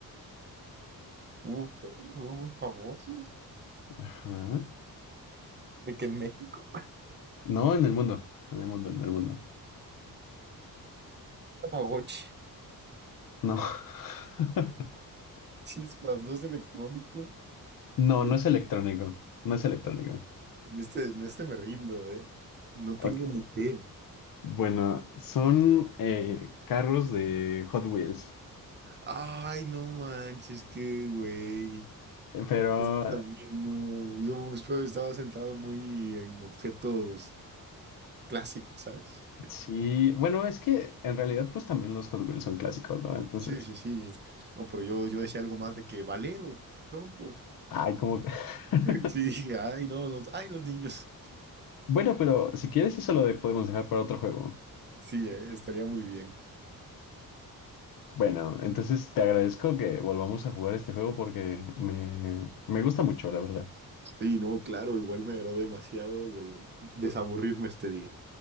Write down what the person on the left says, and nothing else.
Ajá.
No, en el mundo, en el mundo, en el mundo.
No. <laughs>
No,
no
es electrónico, no es electrónico.
Ok.
Bueno, son eh, carros de Hot Wheels,
pero
Sí, bueno, es que en realidad pues también los Hot Wheels son clásicos, ¿no? Entonces,
ay, como... que- <laughs>
Bueno, pero si quieres eso lo de- podemos dejar para otro juego.
Bueno, entonces te agradezco que volvamos a jugar este juego porque me, me gusta mucho, la verdad.